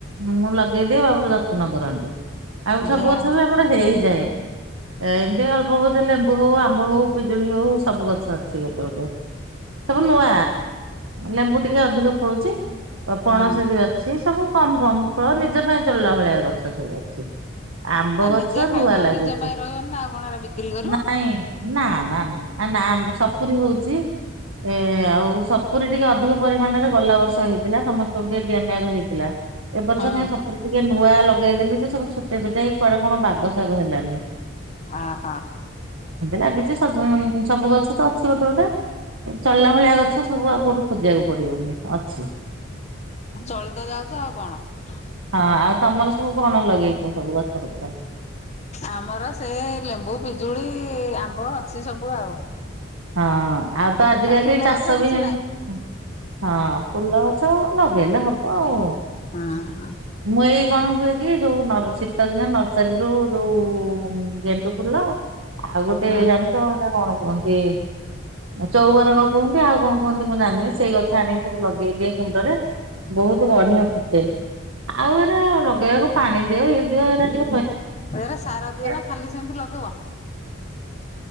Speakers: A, on the right (about 85°); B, on the left (about 35°).
A: ମୁଁ ଲଗେଇଦିଏ ବାବୁ ଯତ୍ନ କରନ୍ତି। ଆଉ ସବୁ
B: ଯା
A: ଗଛ
B: ହଉ
A: ବି ଆମର ହେଇଯାଏ। ଏମିତି ଅଳ୍ପ ବହୁତ ଲେମ୍ବୁ ହଉ ଆମ୍ବ ହଉ ପିଜୁଳି ହଉ ସବୁ ଗଛ ଅଛି ଗୋଟେ ଗୋଟେ। ସବୁ ନୂଆ ଲେମ୍ବୁ ଟିକେ ଅଧିକ ଫଳୁଛି। ପଣସ
B: ହଁ
A: ବି ଅଛି ସବୁ କମ୍ କମ୍ ଫଳ ନିଜ ପାଇଁ ଚଳିଲା ଭଳିଆ ଗଛ ସବୁ ଅଛି। ଆମ୍ବ
B: ଆଉ
A: ଗଛ
B: ନିଜେ ଖାଇବ
A: ନୂଆ
B: ଆଉ
A: ଲାଗିଚି
B: ନିଜ ପାଇଁ ରହିବନି ନା ଆଉ କଣ ଏରା ବିକ୍ରି କରିବ
A: ନାଇଁ ନା ନା ନାମ ଆମ ସପୁରୀ ହଉଚି। ଏ ଆଉ ସପୁରି ଟିକେ ଅଧିକ ପରିମାଣରେ ଗଲା ବର୍ଷ ହେଇଥିଲା। ସମସ୍ତଙ୍କୁ ଟିକେ ଦିଆନିଆ ହେଇଥିଲା। ଏବର୍ଷ
B: ହଁ
A: କାଇଁ ସପୁରି ଟିକେ ନୂଆ ଲ ପଗେଇଦେଲୁ ଯେ ସବୁ ଛୋଟିଆ ଛୋଟିଆ ହେଇ କୁଆଡ଼େ କଣ ବାଗ ଶାଗ ହେଲାନି ଆଉ।
B: ଅ ହଁ
A: ଲାଗିଛି ସବୁ ଗଛ ତ ଅଛି ଗୋଟେ ଗୋଟେ। ଚଳିଲା ଭଳିଆ ଗଛ ସବୁ ଆଉ କୋଉଠୁ ଖୋଜିବାକୁ ପଡ଼ିବନି ଅଛି।
B: ଚଳିତ ଯାଉଚ ଆଉ କଣ?
A: ହଁ ଆଉ ତମର ସବୁ କଣ ଲଗେଇଚ ସବୁ ଗଛପତ୍ର?
B: ଆମର ସେ ଲେମ୍ବୁ ପିଜୁଳି ଆମ୍ବ ଅଛି ସବୁ ଆଉ।
A: ହଁ ଆଉ ତ ଆଜିକାଲି
B: ଫୁଲ
A: ଚାଷ
B: ଗଛ କିଛି
A: ବି ଏମ୍
B: ନାହିଁ
A: ତି। ହଁ ଫୁଲ ଗଛ ଲଗେଇଲେ ହବ ଆଉ।
B: ହଁ
A: ମୁଇ କଣ ହୁଏ କି ଯୋଉ ଶୀତ ଦିନେ ନର୍ସରୀରୁୁ ଯୋଉ ଗେଣ୍ଡୁ ଫୁଲ ଆଉ ଗୋଟେ
B: ହଁ
A: ଜାଣିଚ ସେଟା କଣ କୁହନ୍ତି ଚଉବରଗ କୁହନ୍ତିଆଉ କଣ କୁହନ୍ତି ମୁଁ ଜାଣିନି। ସେଇ ଗଛ ଆଣିକି ସବୁ ଲଗେଇଦିଏ କୁଣ୍ଡରେ। ବହୁତ ବଢିଆ ଫୁଟେ। ଆଉ ହେରା ଲଗେଇବାକୁ ପାଣି ଦିଅ ଇଏ ଦିଅ ଏରା ଟିକେ ହଇରାଣ।
B: ଏରା ସାର
A: ହେବା
B: ଦିଅ ନା ଖାଲି ସେନ୍ତି ଲଗାଅ।